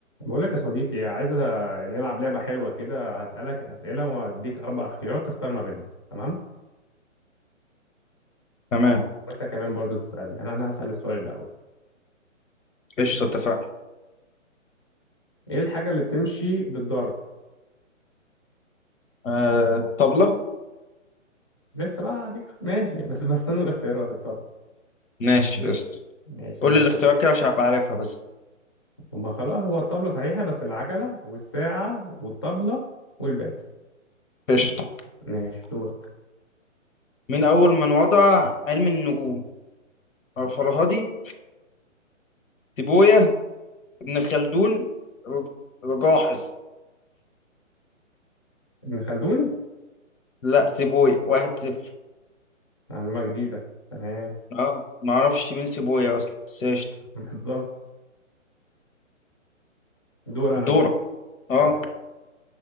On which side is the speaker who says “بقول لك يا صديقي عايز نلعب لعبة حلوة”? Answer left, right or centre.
Left